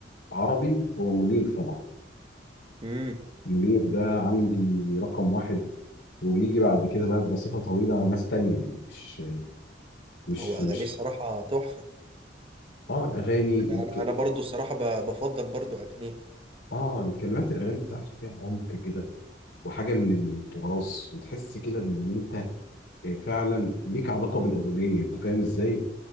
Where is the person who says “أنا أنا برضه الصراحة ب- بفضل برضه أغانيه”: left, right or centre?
Right